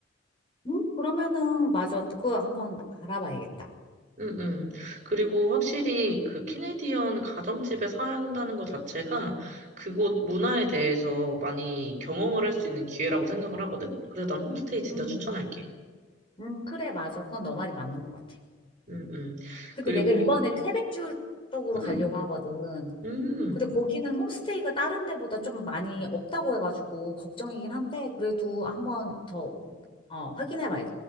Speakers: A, on the left; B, on the right.
A: 음, 그러면은 맞아. 그거 한번 알아봐야겠다.
B: 음, 음. 그리고 확실히 그 캐네디언 가정집에 산다는 것 자체가 그곳 문화에 대해서 많이 경험을 할 수 있는 기회라고 생각을 하거든? 그래서 난 홈스테이 진짜
A: 음.
B: 추천할게.
A: 음, 그래, 맞아. 그건 너 말이 맞는 것 같아.
B: 음, 음.
A: 근데
B: 그리고
A: 내가 이번에 퀘벡주 쪽으로
B: 음,
A: 가려고 하거든.
B: 음.
A: 근데 거기는 홈스테이가 다른 데보다 좀 많이 없다고 해가지고 걱정이긴 한데, 그래도 한번 더, 어, 확인해 봐야,